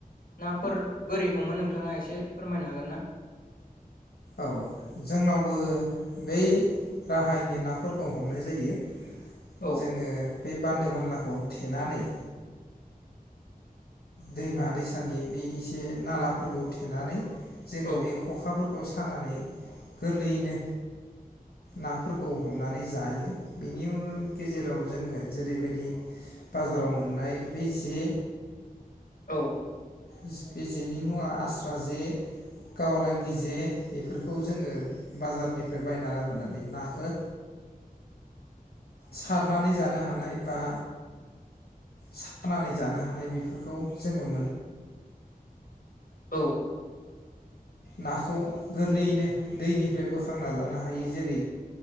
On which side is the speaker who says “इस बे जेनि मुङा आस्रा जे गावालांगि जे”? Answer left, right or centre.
Left